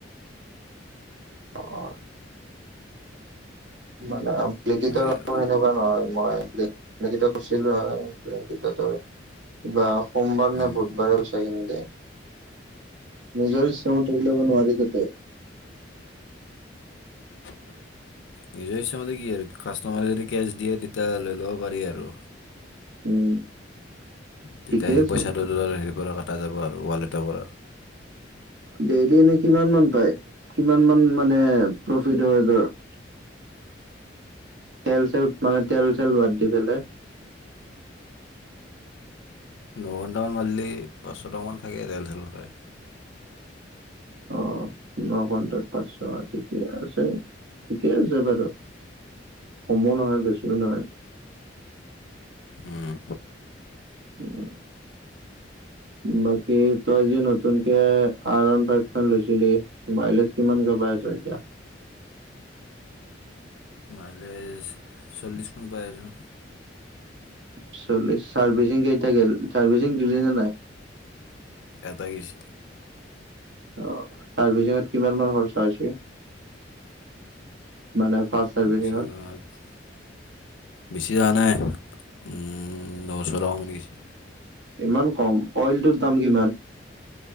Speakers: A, on the right (about 70°); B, on the left (about 85°).
A: অ মানে লিখিত
B: এনেকৈ
A: কাৰ
B: আৰু
A: এনেকুৱা নহয় <unintelligible> সোমবাৰ
B: উম,
A: নে বুধবাৰে গুচাই কিন দেে নিজৰ ইচ্ছামতে উললিয়াব নোৱাৰি তাতে
B: নিজে হৈছে ম কি আৰু কাষ্টমাৰদি কেছ দিয়ে তেতিয়া লৈ ল'ব পাৰি আৰু
A: উম।
B: তেতিয়া
A: ঠিকে
B: সেইটো
A: আছে।
B: পইচাটো হেৰিৰ পৰা কাটা যাব আৰু, ৱালেটৰ পৰা
A: ডেইলি এনেই কিমানমান পায়? কিমানমান, মানে প্ৰফিট হয় ধৰক? <inaudible> তেল-চেল মানে, তেল-চেল বাদ দি পেলাই <inaudible>
B: ন'ঘণ্টামান মাৰিলে পাঁচশটামান থাকে, তেল-চেল ভৰাই।
A: অ'। ন'ঘণ্টাত পাঁচশ, ঠিক আছে, ঠিক আছে বাৰু কমো নহয়, বেছিও নহয়।
B: উম,
A: <inaudible> বাকী, তই যে নতুনকে আৰৱান ফাইভখন লৈছিলি, মাইলেজ কিমান? দবাইছে এতিয়া
B: মাইলেজ, চল্লিশমান পাই আছোঁ।
A: চল্লিশ। চাৰ্ভিচিং কেইটা গ'ল? চাৰ্ভিচিং দিলি নে নাই?
B: এটাই গৈছে
A: আহ, চাৰ্ভিচিঙত কিমান মান খৰচা হৈছে? মানে ফাৰ্ষ্ট
B: চাৰভিচিঙত,
A: চাৰ্ভিচিঙত?
B: বিছি যোৱা নাই। উম, নচ টকামান গৈছে।
A: ইমান কম, অইলটোৰ দাম কিমান?